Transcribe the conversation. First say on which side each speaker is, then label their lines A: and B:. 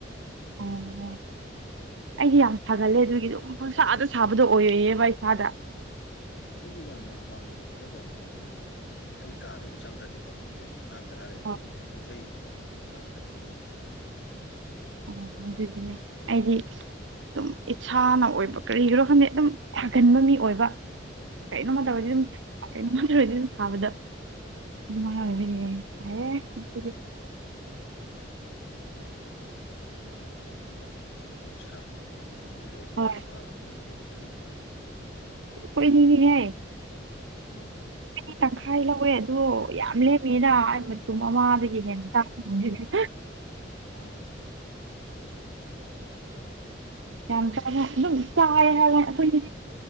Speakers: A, on the right; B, on the left.
A: ꯑꯣ ꯑꯩꯗꯤ ꯌꯥꯝ ꯁꯥꯒꯠꯂꯦ ꯑꯗꯨꯒꯤꯗꯨꯝ ꯄꯪꯁꯥ ꯁꯥꯕꯗꯣ ꯑꯣꯏꯌꯦꯌꯦꯕ ꯏꯁꯥꯗ
B: ꯑꯩꯁꯨ ꯌꯥꯝꯅ ꯍꯨꯃꯥꯡꯒꯨꯝꯕꯒꯗꯤ ꯌꯥꯝ ꯇꯥꯒꯟꯕ ꯑꯣꯏꯗꯦꯗ ꯑꯩ ꯀꯥꯗꯕꯨ ꯆꯪꯈ꯭ꯔꯗꯤꯀꯣ ꯃꯤꯅꯤꯠ ꯃꯉꯥ ꯇꯔꯥ ꯂꯩꯔꯗꯤ
A: ꯑꯣ
B: ꯑꯗꯨꯝ ꯏꯪꯊꯩꯏꯕꯀꯣ ꯀꯥ ꯈꯔ ꯏꯪꯕꯒꯤ
A: ꯑꯣ ꯑꯗꯨꯒꯤꯅꯦ ꯑꯩꯗꯤ ꯑꯗꯨꯝ ꯏꯁꯥꯅ ꯑꯣꯏꯕ ꯀꯔꯤꯒꯤꯔꯣ ꯈꯪꯗꯦ ꯑꯗꯨꯝ ꯁꯥꯒꯟꯕ ꯃꯤ ꯑꯣꯏꯕ ꯀꯩꯅꯣꯃ
B: ꯎꯝ
A: ꯇꯧꯋꯦ ꯑꯗꯨꯝ ꯀꯩꯅꯣꯝꯃ ꯇꯧꯋꯦꯗꯤ ꯊꯥꯕꯗ ꯑꯗꯨꯃꯥꯢ ꯍꯥꯢꯔꯨꯕꯩ ꯁꯥꯢꯌꯦ ꯉꯁꯤꯗꯤ
B: ꯑꯣꯛꯁꯥ ꯀꯤꯂꯣ ꯀꯌꯥ
A: ꯍꯣꯏ
B: ꯆꯥꯕ ꯉꯝꯒꯦ ꯅꯊꯟꯗꯅ
A: ꯑꯈꯣꯏ ꯑꯅꯤꯅꯤꯅꯦꯍꯦ
B: ꯑꯣ
A: ꯈꯣꯢꯅꯤ ꯇꯪꯈꯥꯏ ꯂꯧꯋꯦ ꯑꯗꯣ ꯌꯥꯝ ꯂꯦꯝꯃꯤꯗ ꯑꯩ ꯃꯇꯨꯝ ꯑꯃꯥ <unintelligible>
B: ꯑ
A: ꯌꯥꯝ ꯆꯥꯕ ꯑꯗꯨꯝ ꯆꯥꯎ ꯍꯥꯏꯌꯦ ꯑꯩꯈꯣꯏꯅꯤꯗꯤ